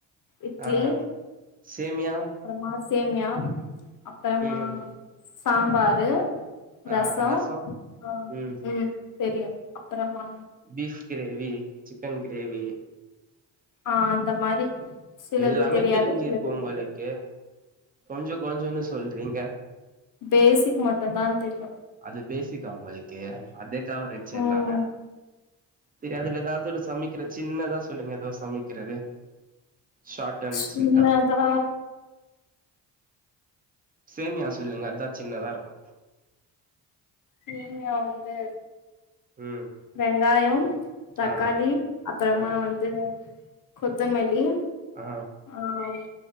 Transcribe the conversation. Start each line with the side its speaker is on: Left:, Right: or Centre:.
Left: இட்லி
Right: ஆ சேமியா
Left: அப்புறமா சேமியா அப்பறமா
Right: ம்
Left: சாம்பாரு
Right: ஆ
Left: ரச
Right: ரசோ
Left: ஆஹ்
Right: ம்
Left: உம் தெரியு அப்பறமா
Right: பீஃப் கிரேவி சிக்கன்க் தேவி
Left: ஆஹ் அந்த மாரி சிலது
Right: எல்லாமே
Left: தெரியாது
Right: தெரிஞ்சிருக்கு
Left: சிலது
Right: உங்களுக்கு
Left: தெரியு
Right: கொஞ்ச கொஞ்சன்னு சொல்றீங்க
Left: பேசிக் மட்டுந்தா தெரியு
Right: இது பேசிக்கா உங்கள்கு அதெப் டவரிச்சு
Left: ம்
Right: எல்லாமே செரி அதுல ஏதாவது ஒரு சமிக் க்கிற சின்னதா சொல்லுங்க ஏதாவது சமைக்கிறது ஷார்ட் அண்ட்
Left: ஷின்னதா
Right: ஸ்வீட்டா சேமியா சொல்லுங்க அதா சின்னதா இருக்கு
Left: சேமியா வந்து
Right: ம்
Left: வெங்காயம் தக்காளி
Right: ஆ
Left: அப்பறமா
Right: ஆ
Left: வந்து கொத்தமல்லி
Right: ஆ
Left: ஆஹ்